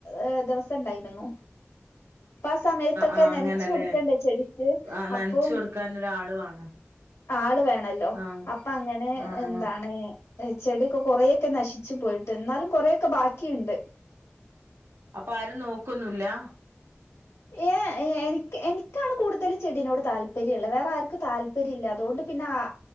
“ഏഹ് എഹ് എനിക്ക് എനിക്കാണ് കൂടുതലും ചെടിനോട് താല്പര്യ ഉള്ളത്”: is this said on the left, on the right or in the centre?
Left